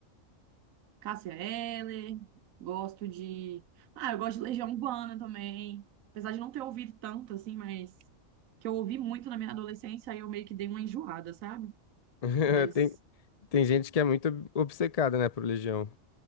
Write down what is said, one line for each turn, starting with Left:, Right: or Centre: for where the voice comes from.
Right: Cássia Eller, gosto de. Ah, eu gosto de Legião Urbana também. Apesar de não ter ouvido tanto, assim, mas que eu ouvi muito na minha adolescência, aí eu meio que dei uma enjoada, sabe?
Left: <laughs>
Right: Mas,
Left: Tem, Tem gente que é muito ob- obcecada, né, por Legião.